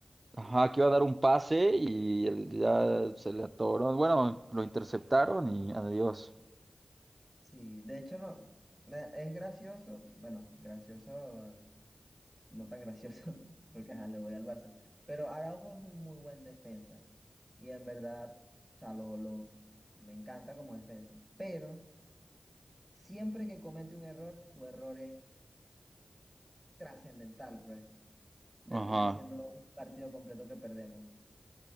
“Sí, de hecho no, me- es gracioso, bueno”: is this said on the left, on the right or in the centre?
Centre